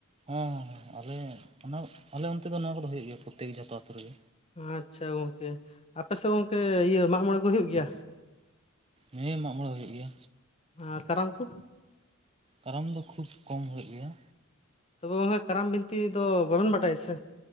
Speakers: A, on the right; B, on the left.
A: ᱦᱚᱸᱮ ᱟᱞᱮ ᱚᱱᱟ ᱟᱞᱮ ᱚᱱᱛᱮ ᱫᱚ ᱱᱚᱣᱟ ᱠᱚᱫᱚ ᱦᱳᱭᱳᱜ ᱜᱮᱭᱟ ᱯᱨᱚᱛᱛᱮᱠ ᱡᱚᱛᱚ ᱟᱛᱳ ᱨᱮᱜᱮ᱾
B: ᱟᱪᱪᱷᱟ ᱜᱚᱝᱠᱮ ᱟᱮᱯ ᱥᱮᱫ ᱜᱚᱝᱠᱮ ᱤᱭᱟᱹ ᱢᱟᱜ ᱢᱚᱬᱮ ᱠᱚ ᱦᱳᱭᱳᱜ ᱜᱮᱭᱟ?
A: ᱦᱮ ᱢᱟᱜ ᱢᱚᱬᱮ ᱦᱳᱭᱳᱜ ᱜᱮᱭᱟ᱾
B: ᱟᱨ ᱠᱟᱨᱟᱢ ᱠᱚ᱾
A: ᱠᱟᱨᱟᱢ ᱫᱚ ᱠᱷᱩᱵ ᱠᱚᱢ ᱦᱳᱭᱩᱜ ᱜᱮᱭᱟ᱾
B: ᱦᱮᱸ ᱠᱟᱨᱟᱢ ᱵᱤᱱᱛᱤ ᱫᱚ ᱵᱟᱵᱮᱱ ᱵᱟᱰᱟᱭᱟ ᱥᱮ